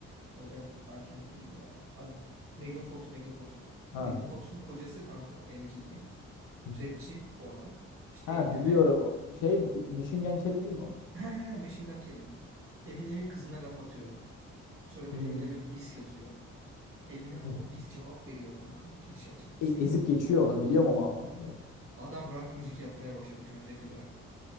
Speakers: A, on the right (about 35°); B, on the left (about 60°).
A: model manken kimdi ya? Ad, Megan Fox, Megan Fox.
B: Ha.
A: Megan Fox'un kocası kanka MGK.
B: <laughs>
A: Rapçi bu adam. İşte
B: Ha
A: Eminem'e
B: biliyorum. O Şey Michigan Kelly değil mi o?
A: <laughs> he he Machine Gun Kelly. Eminem'in kızına laf atıyor. Sonra bir
B: Hmm.
A: Eminem'e bir diss yazıyor. Eminem
B: Hı.
A: buna bir cevap veriyor kanka Kürşat şarkısıyla.
B: E- ezip geçiyor ona biliyorum o muhabbeti biraz.
A: Adam rock müzik yapmaya başladı şu an rap'i bıraktı.